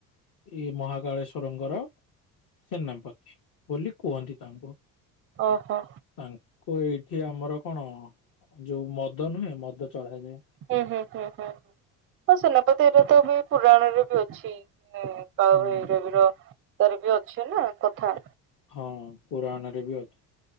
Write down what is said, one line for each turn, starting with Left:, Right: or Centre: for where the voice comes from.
Left: ଇ ମହାକାଳେଶ୍ଵରଙ୍କର ସେନାପତି ବୋଲି କୁହନ୍ତି ତାଙ୍କୁ।
Right: ଓହୋ।
Left: ତାଙ୍କୁ ଏଇଠି ଆମର କଣ ଯୋଉ ମଦ ନୁହେଁ ମଦ ଚଢାଯାଏ।
Right: ହୁଁ ହୁଁ ହୁଁ ହୁଁ ହୁଁ ହଁ ସେନାପତି ଏବେ ତ ବି ପୁରାଣରେ ବି ଅଛି। <unintelligible>
Left: ହୁଁ।
Right: ବି ଅଛି ନା କଥା।
Left: ହଁ ପୁରାଣରେ ବି ଅଛି